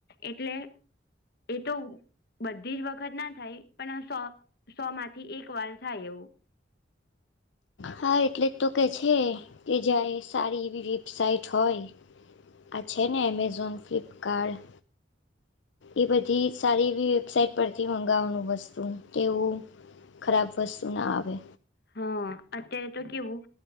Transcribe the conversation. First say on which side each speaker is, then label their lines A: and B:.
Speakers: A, on the left; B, on the left.
A: એટલે એ તો બધી જ વખત ના થાય પણ અ સો સો માંથી એક વાર થાય એવું.
B: હા, એટલે જ તો કે છે કે જાય સારી એવી વેબસઇટ હોય. આ છે ને અમેઝોન ફ્લિપકાર્ડ એ બધી સારી એવી વેબસાઇટ પરથી મંગાવવાનું વસ્તુ તેવું ખરાબ વસ્તુ ના આવે.
A: હા, અત્યારે તો કેવું